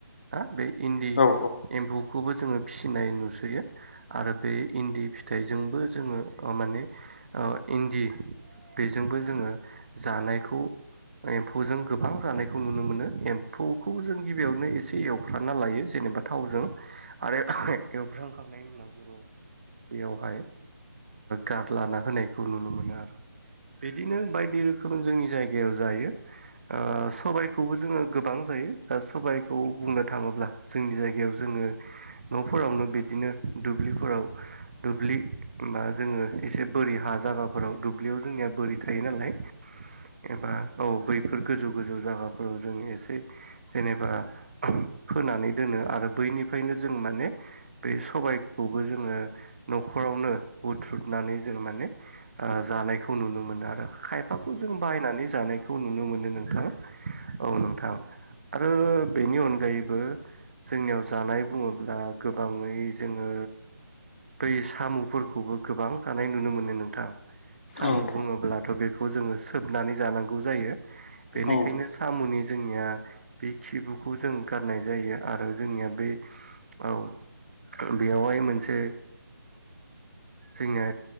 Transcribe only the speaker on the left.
औ
औ
औ